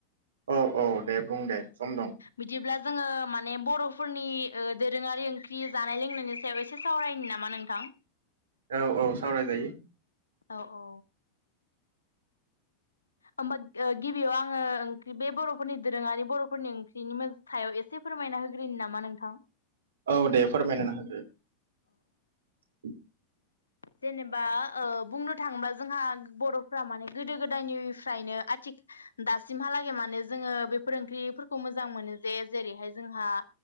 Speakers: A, on the right (about 65°); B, on the left (about 75°).
A: औ औ दे बुं दे सम दं।
B: बिदिब्ला जोङो माने बर'फोरनि ओ दोरोङारि ओंख्रि जानाय लोंनायनि सायाव एसे सावरायनि नामा नोंथां?
A: औ औ सावरायजायो।
B: औ औ। होमबा गिबियाव आङो ओंख्रि बे बर'फोरनि दोरोङारि बर'फोरनि ओंख्रिनि मो-सायाव एसे फोरमायना होग्रोनि नामा नोंथां?
A: औ दे फोरमायलायना होदो।
B: औ
A: <inaudible>
B: जेनेबा ओ बुंनो थाङोबा जोंहा बर'फ्रा माने गोदो गोदायनिफ्रायनो आथिख दासिमहालागै माने जोङो बेफोर ओंख्रिफोरखौ मोजां मोनो जे जेरैहाय जोंहा